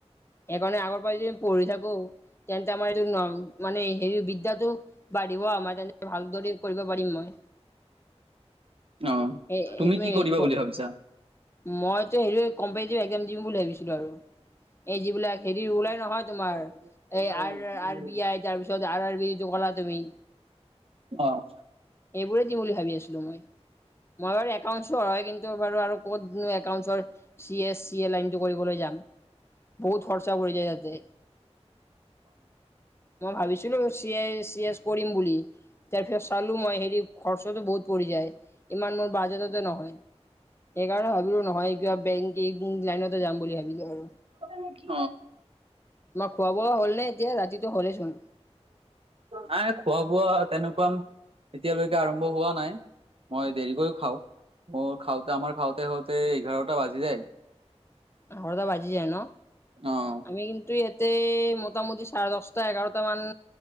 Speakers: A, on the left; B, on the right.
A: সেইকাৰণে আগৰ পৰা যদি আমি পঢ়ি থাকো তেন্তে আমাৰ এইটো ন মানে। হেৰি বিদ্যালয় বাঢ়িব আমাৰ তেনে ভালদৰে। কৰিব পাৰিম মই
B: অ'
A: এ
B: তুমি
A: সেইটো
B: কি কৰিবা বুলি ভাবিছা।
A: মইতো হেৰি কম্পটিভ একজাম দিম বুলি ভাবিছিলো আৰু এই যিবিলাক। হেৰি
B: অ'। অ'। অ',
A: ওলাই নহয় তোমাৰ এই
B: নাই
A: আৰ আৰ বি আই তাৰ পিছত আৰ আৰ বি যিটো কলা তুমি।
B: অ',
A: এইবোৰে দিম বুলি ভাবি আছিলো মই মই বাৰু এউট হয় কিন্তু বাৰু। ক'তনো একাউণ্টছৰ চি এছ। বত খৰচা য যতে। মই ভাবিছিলো চি এচ কৰিম বুলি। তাৰ পিছত চালো মই হেৰি খৰচো বহুত পৰি যায় ইমান মোৰ বাজেটতে নহয়।
B: <inaudible>
A: সেইকাৰণে ভাবিলো নহয় কিবা বেংক লাইনতে যাম বুলি ভাবিলো আৰু।
B: নেকি।
A: তোমাক খোৱা বোৱা হ'ল নে। এতিয়া ৰাতিটো হ'লেইচোন
B: নাই খোৱা বোৱা তেনেকুৱাম এতিয়ালৈকে আৰম্ভ হোৱা নাই মই দেৰিকও খাও মোৰ খাওতে আমাৰ খাওতে - খাওতে এঘাৰটা বাজি যায়।
A: ঘৰদা বাজি যায় ন
B: অ'।
A: আমি কিন্তু ইয়াতে মোটামুটি চাৰে দহটা এঘাৰটা মান